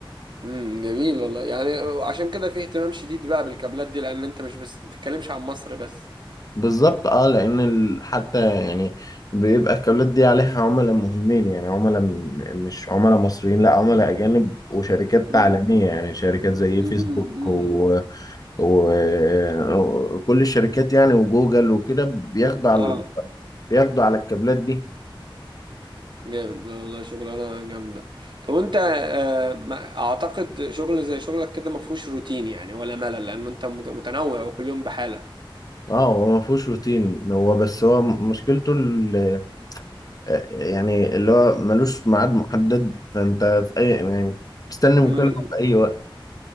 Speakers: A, on the right; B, on the left.
A: امم جميل والله يعني عشان كده فيه اهتمام شديد بقى بالكابلات دي لان انت مش بس بتتكلمش عن مصر بس
B: بالظبط اه لان ال- حتى يعني بيبقى الكابلات دي عليها عملاء مهمين يعني عملاء م- مش عملاء مصريين لا عملاء اجانب وشركات
A: امم
B: عالميه يعني شركات زي
A: امم
B: فيسبوك و... و- وكل الشركات يعني وجوجل وكده بياخدوا على
A: اه
B: بياخدوا على الكابلات دي
A: جامد لا والله شغلانة جامدة طب انت آه ما اعتقد شغل زي شغلك كده ما فيهوش روتين يعني ولا ملل لان انت مت- متنوع وكل يوم بحالة
B: اه هو ما فيهوش روتين هو بس هو مشكلته ال- يعني اللي هو ملوش ميعاد محدد فانت في اي يعني تستني مكالمه
A: امم
B: في اي وقت